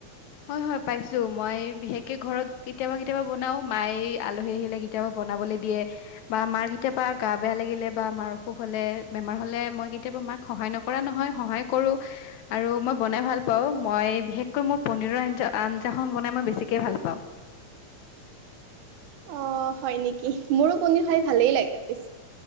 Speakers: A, on the left (about 75°); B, on the right (about 90°).
A: হয়, হয়, পাইছো মই বিশেষকে ঘৰত কেতিয়াবা, কেতিয়াবা বনাও মায়ে আলহী, আহিলে কেতিয়াবা বনাবলৈ দিয়ে বা মাৰ কেতিয়াবা গা বেয়া লাগিলে বা মাৰ অসুখ হলে, বেমাৰ হলে, মই কেতিয়াবা মাক সহায় নকৰা নহয় সহায় কৰো, আৰু মই বনাই ভাল পাওঁ, মই বিশেষকৈ মোৰ পনীৰৰ আঞ্জা-আঞ্জাখন বনাই মই বেছিকে ভাল পাওঁ।
B: অ', হয়, নেকি মোৰো কনীৰ খাই ভালেই লাগে বেছ